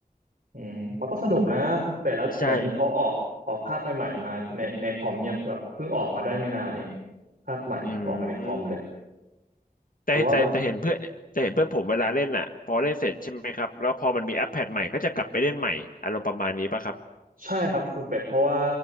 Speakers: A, on the right (about 70°); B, on the left (about 65°).
A: อืมมันก็สนุกนะคุณเป็ดแล้วเดี๋ยวนี้เขาออกออกภาคใหม่ๆมาในในคอมเนี่ยแบบเพิ่งออกมาได้ไม่นานเอง
B: ใช่
A: ภาคใหม่ออกมาในคอมเลย
B: อืมแต่แต่แต่เห็นเพื่อนแต่เห็นเพื่อนผมเวลาเล่นอ่ะพอเล่นเสร็จใช่ไหมครับแล้วพอมันมีแอปแพดใหม่ก็จะกลับไปเล่นใหม่อารมณ์ประมาณนี้ป่ะครับ
A: แต่ว่ามันใช่ครับคุณเป็ดเพราะว่า